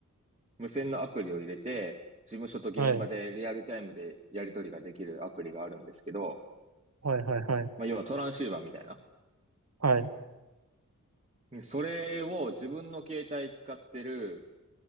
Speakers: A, on the right (about 20°); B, on the right (about 50°).
A: 無線のアプリを入れて、事務所と現場でリアルタイムでやり取りができるアプリがあるんですけど、
B: はい。はいはいはい。
A: まあ、要はトランシーバーみたいな。
B: はい。
A: それを自分の携帯使ってる。